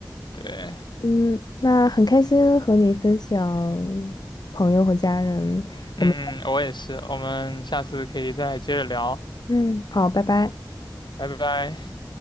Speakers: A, on the left; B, on the left.
A: 对，
B: 嗯，那很开心和你分享朋友和家人，
A: 嗯嗯，
B: 我们
A: 我也是，我们下次可以再接着聊，
B: 嗯，好，拜拜。
A: 拜拜。